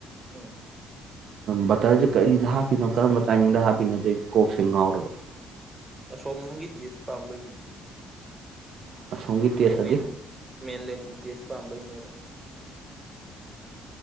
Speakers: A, on the right; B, on the right.
A: ꯑ
B: ꯕꯇꯔꯁꯦ ꯀꯔꯤꯗ ꯍꯥꯞꯄꯤꯅꯣ ꯀꯔꯝꯕ ꯇꯥꯏꯃꯤꯡꯗ ꯍꯥꯞꯄꯤꯅꯣ ꯁꯦ ꯀꯣꯛꯁꯦ ꯉꯥꯎꯔꯕ
A: ꯑꯁꯣꯝ ꯔꯣꯝꯒꯤ ꯇꯦꯁ ꯄꯥꯝꯕꯩ
B: ꯑꯁꯣꯝꯒꯤ ꯇꯦꯁ
A: ꯃꯦꯟ
B: ꯑꯗꯤ
A: ꯂꯦꯟꯒꯤ ꯃꯦꯟ ꯂꯦꯟꯒꯤ ꯇꯦꯁ ꯄꯥꯝꯕꯩꯅꯦꯕ